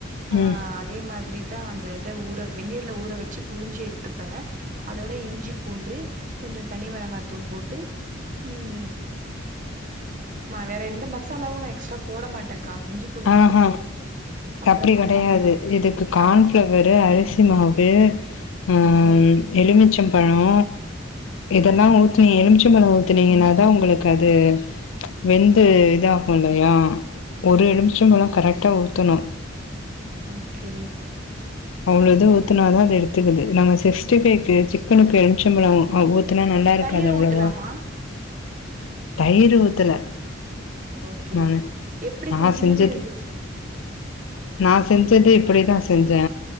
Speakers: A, on the right; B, on the left.
A: ஆ
B: ம்
A: அதே மாதிரிதா அந்த இத ஊற வெந்நீர்ல ஊற வெச்சு புழிஞ்சு எடுத்துப்பே அதோட இஞ்சி பூண்டு கொஞ்சோ தனி மொளகாத்தூள் போட்டு ம் நா வேற எந்த மசாலாவு நா எக்ஸ்ட்ரா போட மாட்டேங்க்கா இஞ்சி பூண்டு
B: ஆஹ
A: மட்டுந்தா போடுவே. அப்புறோ
B: அப்டி
A: கொஞ்சோ
B: கெடயாது இதுக்கு கான்
A: ஆ
B: ஃப்ளவரு அரிசி மாவு ம்
A: ஓகே
B: எலுமிச்சம் பழோ இதெல்லா
A: ஓகே
B: ஊத்தி நீ எலுமிச்சம் பழொ ஊத்துனீங்கனாதா உங்களுக்கு அது வெந்து இதாகுல்லையா ஒரு எலுமி ச்சம் பழொ கரெக்ட்டா ஊத்தணு
A: ஓக்கே
B: அவ்ளோத ஊத்துனாதா அது எடுத்துக்குது நாங்க சிக்ஸ்டி ஃபைக்கு சிக்கனுக்கு எலுமிச்சம் பழோ அ ஊத் ஊத்னா நல்லாயிருக்காது
A: தயிர்
B: அவ்ளவா
A: ஊத்தலாமா?
B: தையிரு ஊத்தல
A: ஓகே
B: நானு
A: எப்டி செஞ்சீங்கன்னு
B: செஞ்சது
A: எனக்கு ஸ்
B: நா செஞ்சது இப்டிதா
A: பாக்குறே.
B: செஞ்சே